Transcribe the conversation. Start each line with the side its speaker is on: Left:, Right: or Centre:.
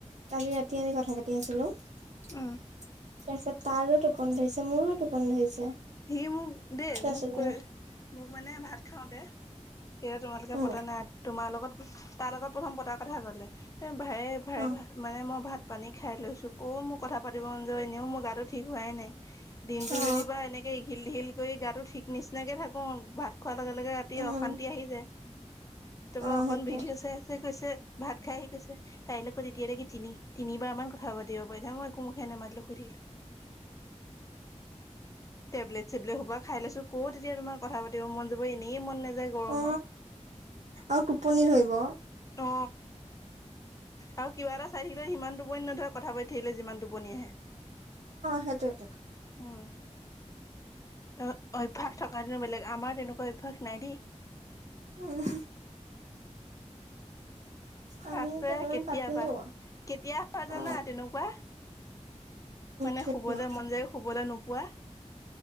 Right: কালি ৰাতি আমি কথা পাতি আছিলো তাৰপিছত
Left: উম
Right: তাৰো টোপনিধৰিছে মোৰো টোপনি ধৰিছে।
Left: সি মোক দেই
Right: তাৰপিছতে
Left: মোক কৈ মোক মানে ভাত খাওঁ তে এ তোমালোকে
Right: উম
Left: পতা নাই তোমাৰ লগত তাৰ লগত প্ৰথম পতাৰ কথা কলে এ ভাৰে ভাৰে
Right: অ
Left: ভ মানে মই ভাত পানী খাই লৈছো কও মোৰ কথা পাতিব মন যোৱা এনেও মোৰ গাটো ঠিক হোৱাই নাই দিনতটো
Right: অ
Left: যেনিবা এনে ঘিল ঘিল কৰি গাটো ঠিক নিচিনাকে থাকো ভাত খোৱাৰ লগে লগে ৰাতি
Right: উম
Left: অশান্তি আহি যায়। তাৰপৰা
Right: অ
Left: অকন
Right: সেইটোৱে
Left: ভিদেও চাই আছে। কৈছে ভাত খাই আহি কৈছে তাই লগত এতিয়ালৈকে তিনি তিনিবাৰ মান কথা পাতিব পাৰি মই একো মুখে নেমাতিলো শুই থাকিলো। টেবলেট চেবলেট সোবা খাই লৈছো ক তেতিয়া তোমাৰ কথা পাতিব মন যাব এনেই মন নাযায় গৰমত।
Right: অ
Left: <inaudible>
Right: আৰু টোপনি ধৰিব।
Left: অ আৰু কিবা এটা চাই থাকিলে সিমান টোপন নধৰে কথা পাতি থাকিলে যিমান টোপনি আহে
Right: সেইটোৱে
Left: উম। অ অভ্যাস থকা সেতেন বেলেগ আমাৰ তেনেকুৱা অভ্যাস নাই দেই।
Right: উম আমি
Left: আছে
Right: কেইটামান
Left: কেতিয়াবা
Right: পাতিলো
Left: কেতিয়া হোৱা জানা
Right: অ
Left: তেনেকুৱা। <unintelligible> মানে
Right: কেতিয়া
Left: শুবলৈ মন যায় শুবলৈ নোপোৱা।